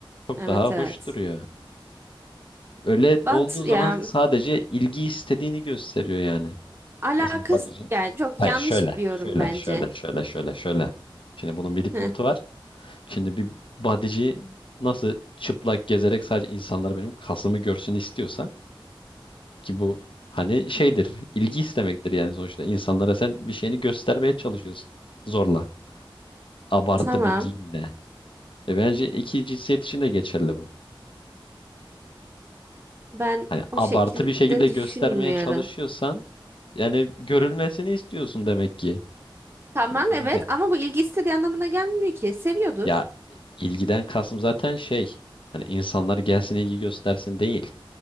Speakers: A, on the left; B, on the right.
A: Çok
B: Evet
A: daha hoş
B: evet.
A: duruyor. Öyle
B: But
A: olduğu zaman
B: ya
A: sadece ilgi istediğini gösteriyor yani.
B: alakası
A: Nasıl bir bodyci?
B: yani çok
A: Hayır
B: yanlış
A: şöyle.
B: bir yorum
A: Şöyle
B: bence.
A: şöyle şöyle şöyle şöyle. Şimdi bunun bir dipnotu
B: Heh,
A: var. Şimdi bir bodyci nasıl çıplak gezerek sadece insanlar benim kasımı görsün istiyorsa Ki bu hani şeydir, ilgi istemektir yani sonuçta. İnsanlara sen bir şeyini göstermeye çalışıyorsun. Zorla. Abartı
B: tamam.
A: bir giyimle. E bence iki cinsiyet için de geçerli bu.
B: Ben
A: Hani
B: o
A: abartı
B: şekilde
A: bir şekilde göstermeye
B: düşünmüyorum.
A: çalışıyorsan yani görülmesini istiyorsun demek ki.
B: Tamam
A: Bence
B: evet
A: böyle.
B: ama bu ilgi istediği anlamına gelmiyor ki. Seviyordur.
A: Ya ilgiden kastım zaten şey hani insanlar gelsin ilgi göstersin değil.